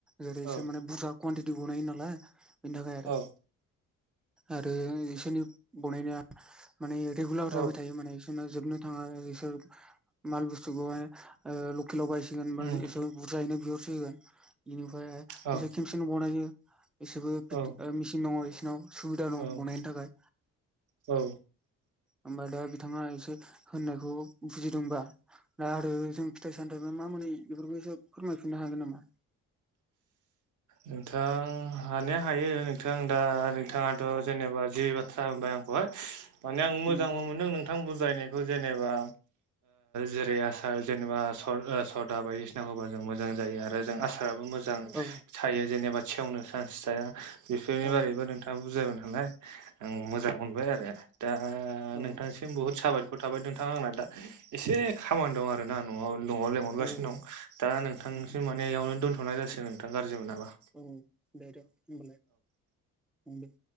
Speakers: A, in the centre; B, on the right.
A: जेरै
B: औ
A: इसे माने बुरजा कुवटि ब नायो नालाय बेनि थाखाय आरो
B: औ
A: आरो इसोरनि बनायनाया माने रेगुलार
B: औ
A: जाबाय थायो माने बिसोरना जोबनो थाङा बिसोर माल बुस्थुखौहाय लकेलाव बायसिगोन बा
B: उम
A: एसे बुरजायैनो बिहरसिगोन बेनिफ्राय
B: औ
A: ज खमसेनो बनायो इसबो
B: औ
A: मेसिन दङ बिसोरनाव सुबिदा दं
B: औ
A: बनायनो थाखाय
B: औ
A: ओबफ्राय दा बिथाङा एसे होननायखौ बुजिदोंबा दा आरो जों फिथाइ सामथाय बा मा मोनै बेफोरखौ एसो फोरमायफिननो हागोन नामा
B: नोंथां हानाया हायो नोंथां दा नोंथाङाथ' जेनेबा जि बाथ्रा होनबाय आं हाय माने आं मोजां
A: उम
B: मोनदों नोंथां बुजायनायखौ जेनेबा जेरै आसार जेनेबा सदा बायदिसिनाखौबा जों मोजां जायो आरो आसाराबो मोजां
A: औ
B: थायो जेनेबा सेवनो चान्स थाया बेफोरनि
A: औ
B: बारैबो नोंथाङा बुजायबाय नालाय आं मोजां मोनबाय आरो दा
A: औ
B: नोंथां जों बुहुत साबायखर थाबाय नोंथां आंना दा एसे खामानि दं आरो आरोना न'आव न'आव लेंहरगासिनो
A: औ
B: दं दा नोंथांसो
A: औ
B: माने इयावनो दोन्थ'नाय ज जासिगोन गाज्रि मोननाङा
A: अ दे दे हबालाय दे